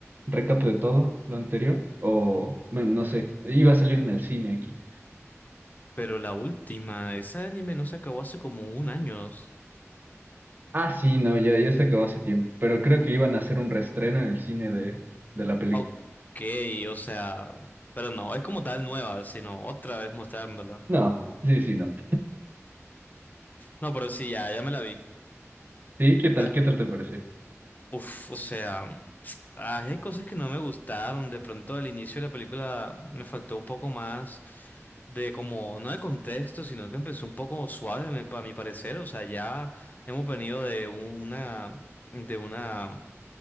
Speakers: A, on the right; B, on the left.
A: recap de todo lo anterior, o, bueno, no sé, iba a salir en el cine aquí.
B: Pero la última, ese anime no se acabó hace como un año. dos.
A: Ah, sí, no, ya, ya se acabó hace tiempo, pero creo que iban a hacer un reestreno en el cine de, de la película.
B: Ok, o sea, pero no, es como tal nueva, sino otra vez mostrándola.
A: No, sí, sí, no.
B: No, pero sí, ya, ya me la vi.
A: Sí, ¿qué tal?
B: Da-
A: ¿Qué tal te pareció?
B: pf, O sea. Ay, hay cosas que no me gustaron. De pronto al inicio de la película me faltó un poco más de como, no de contexto, sino que empezó un poco suave, me- a mi parecer. O sea, ya hemos venido de una, de una,